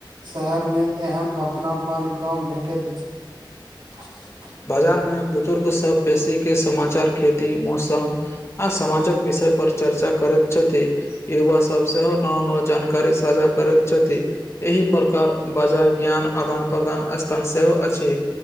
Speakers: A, on the right; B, on the left.
A: शहर मे एहन अपनापन कम भेटैत अछि
B: बाजार मे बुजुर्ग सब बेसी के समाचार खेती मौसम आ समाजक बी विषय पर चर्चा करैत छथि युवा सब सेहो नव नव जानकारी साझा करैत छथि एहि प्रकार बाजार ज्ञान आदान प्रदान स्थान सेहो अछि